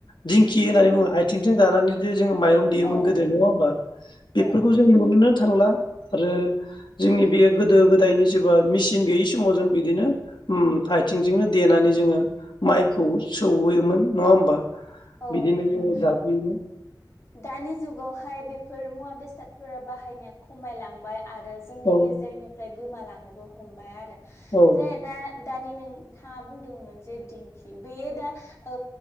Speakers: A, on the left (about 80°); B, on the left (about 35°).
A: दिंखि होननानै बुङो आयथिंजोंं गानानै जे जों माइरं देयोमोन
B: औ
A: गोदो नवा होमबा
B: औ
A: बेफोरखौ जों नुनो मोनो थांला आरो जोंनि बे गोदो गोदायनि सोबा मिचिन गैयि समाव जों बिदिनो उम आयथिंजोंनो देनानै जोङो माइखौ सौहैयोमोन नङा होमबा
B: औ
A: बिदिनो
B: नोंगौ
A: <unintelligible>
B: दानि जुगावहाय बेफोर मुवा बेसादफोरा बाहायनाया खमायलांबाय आरो जोंनि
A: औ
B: गेजेरनिफ्राय गोमालांनोबो हमबाय आरो
A: औ
B: जे दा दानि नोंथाङा बुंदोंमोन जे दिंखि बेयो दा ओ